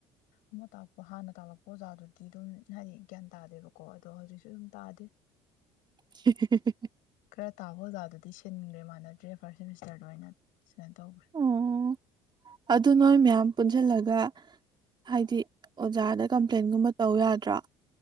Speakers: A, on the left; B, on the right.
A: ꯑꯃ ꯇꯥꯛꯄ ꯍꯥꯟꯅ ꯇꯥꯛꯂꯛꯄ ꯑꯣꯖꯥꯗꯨꯗꯤ ꯑꯗꯨꯝ ꯍꯥꯏꯗꯤ ꯒ꯭ꯌꯥꯟ ꯇꯥꯗꯦꯕꯀꯣ ꯑꯗꯣ ꯍꯧꯖꯤꯛꯁꯨ ꯑꯗꯨꯝ ꯇꯥꯗꯦ
B: <inaudible>
A: ꯈꯔ ꯇꯥꯕ ꯑꯣꯖꯥꯗꯨꯗꯤ ꯁꯤꯟꯈ꯭ꯔꯦ ꯃꯥꯟꯅꯗ꯭ꯔꯦ ꯐ꯭ꯔꯁ ꯁꯦꯃꯤꯁꯇꯔꯗ ꯑꯣꯏꯅ ꯁꯤꯃꯥꯏ ꯇꯧꯈ꯭ꯔꯦ
B: ꯑꯣ <inaudible> ꯑꯗꯨ ꯅꯣꯏ ꯃꯌꯥꯝ ꯄꯨꯟꯖꯤꯜꯂꯒ ꯍꯥꯏꯗꯤ ꯑꯣꯖꯥꯗ ꯀꯝꯄ꯭ꯂꯦꯟꯒꯨꯝꯕ ꯇꯧ ꯌꯥꯗ꯭ꯔꯥ꯫